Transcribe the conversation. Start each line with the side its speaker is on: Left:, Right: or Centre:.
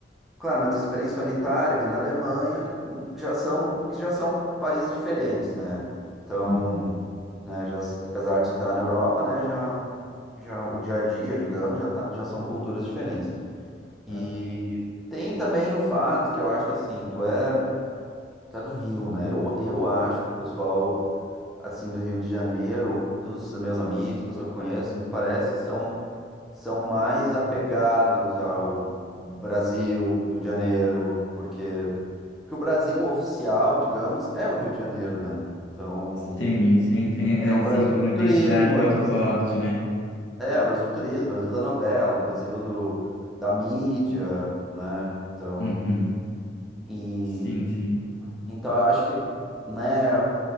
Centre: claro, na tua experiência foi na Itália, minha na Alemanha, hum, já são, que já são países diferentes, né? Então,
Left: Uhum.
Centre: né, já, s- apesar de estar na Europa, né, já, já o dia a dia, digamos, já, tá, já são culturas diferentes. E
Left: Claro.
Centre: tem também o fato que eu acho assim, tu é, tu é do Rio, né? Eu, eu acho que o pessoal assim do Rio de Janeiro, dos meus amigos, pessoas que eu conheço, me parece que são, são mais apegados ao Brasil, Rio de Janeiro, porque, porque o Brasil oficial, digamos, é o Rio de Janeiro, né? Então,
Left: Sim, sim, tem,
Centre: é
Left: é,
Centre: o
Left: assim,
Centre: Brasil
Left: uma
Centre: do turismo,
Left: identidade muito
Centre: é o Brasil,
Left: forte, né?
Centre: é o Brasil do turismo, Brasil da novela, o Brasil do, da mídia, né? Então,
Left: Uhum.
Centre: E
Left: Sim, sim.
Centre: então eu acho que, né,